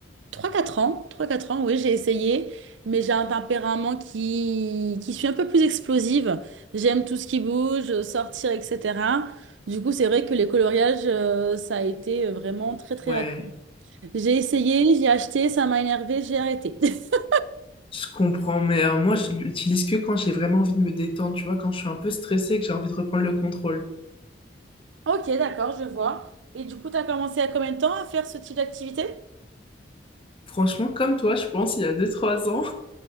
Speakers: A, on the right; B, on the left.
A: trois quatre ans. trois quatre ans, oui, j'ai essayé, mais j'ai un tempérament qui, qui suis un peu plus explosive. J'aime tout ce qui bouge, sortir, etc. Du coup, c'est vrai que les coloriages, euh, ça a été euh, vraiment très, très
B: Ouais,
A: J'ai essayé, j'ai acheté, ça m'a énervé, j'ai arrêté. <laughs>
B: je comprends, mais euh, moi je l'utilise que quand j'ai vraiment envie de me détendre, tu vois, quand je suis un peu stressée et que j'ai envie de reprendre le contrôle.
A: Ok, d'accord, je vois. Et du coup, tu as commencé à combien de temps à faire ce type d'activité?
B: Franchement, comme toi, je pense, il y a deux trois ans,